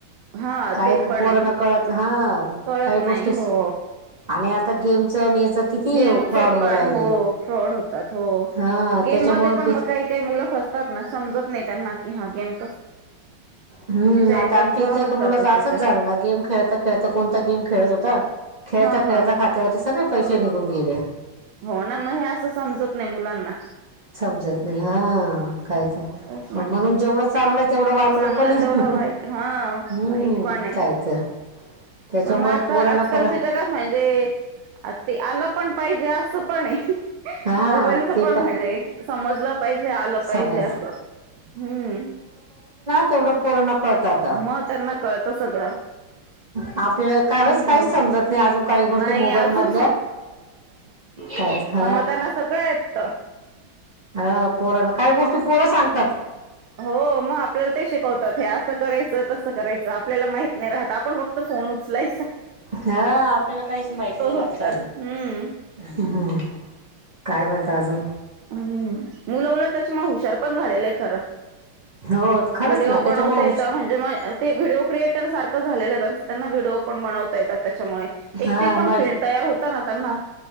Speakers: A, on the right (about 85°); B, on the right (about 35°).
A: हा
B: काय
A: ते
B: का
A: पण
B: पोरण
A: आहे
B: कळत हा
A: कळत
B: काही
A: नाही
B: गोष्टीच
A: हो
B: आणि आता गेमचं आणि याचं किती
A: गेमच
B: फ्रॉड होऊ
A: पण
B: राहिले
A: हो फ्रॉड होतात हो
B: हा
A: गेम
B: त्याच्यामुळं
A: मध्ये पण
B: बी
A: मग काही काही मुलं फसतात ना समजत नाही त्यांना क हग गेम -
B: हम्म आता
A: याच्यात
B: आमच्या
A: वाहवत
B: इथल्या एका
A: जातात
B: मुलाच
A: त्याच्यात
B: असच झालं ना गेम खेळता खेळता कोणता गेम खेळत होता- खेळ
A: हा
B: ता खेळता
A: हा
B: खात्यात ते सगळे पैसे निघून गेले
A: हो ना म हे असं समजत नाही मुलांना
B: समजत नाही हा कायत
A: तेच
B: म्हणून
A: ना
B: जेवढं चांगलं आहे तेवढं वांगल
A: चांगलं
B: पण आहे
A: तेवढं वाईट हा
B: हम्म
A: वाईट पण आहे
B: काय तर त्याच्यामुळं
A: पण मग आता
B: पोरांना
A: आजकालच्या
B: खरं
A: जगात म्हणजे ते आलं पण पाहिजे असं पण अये
B: हा
A: मोबाईलच
B: ते
A: पण म्हहिजे समजलं पाहिजे आलं पाहिजे
B: समज
A: असं हम्म
B: तेवढ पोरांना- कळत आता
A: मग त्यांना कळत सगळं
B: आपल्याला काच
A: हम्म
B: काहीच समजत नाही अजून काही गोष्टी
A: नाही
B: मोबाईल
A: अजून
B: मधल्या काय झा-
A: पग मग त्यांना सगळं येत ह
B: ह पोरण काय गोष्टी पोर सांगतात
A: हो मग आपल्याला ते शिकवतात हे असं करायचं तसं करायचं आपल्याला माहित नाही रहात आपण फोन उचलायच
B: हा आपल्याला काहीच माहित नाही राहत
A: फक्त
B: का
A: हम्म
B: हम् काय म्हणत अजून
A: ह मुलं उलट त्याच्या म हुशार पण झालेलं आहे खरं
B: हो खरंच
A: व्हिडिओ
B: ना त्याच्यामुळे
A: बनवता येत
B: उच
A: म्हणजे म ते व्हिडिओ क्रिएटर सारखं झालेलं आहे त्यांच व्हडिओ पण बनवता येतात त्याच्यामुळे
B: हा
A: एक ते पण
B: माझ
A: फील्ड तयार होत ना त्यांना